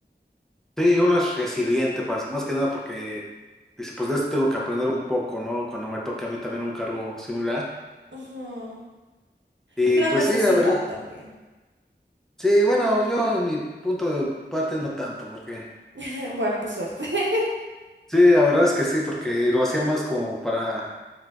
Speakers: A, in the centre; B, on the right.
A: Sí, uno es resiliente, pas- más que nada porque dice, pues de esto tengo que aprender un poco, ¿no? Cuando me toque a mí también un cargo similar.
B: Ujú.
A: Y
B: Y la
A: pues
B: necesidad
A: sí, la verdad,
B: también.
A: sí, bueno, yo en mi punto de parte no tanto, porque
B: <laughs> Bueno, qué suerte. <laughs>
A: sí, la verdad es que sí, porque lo hacía más como para,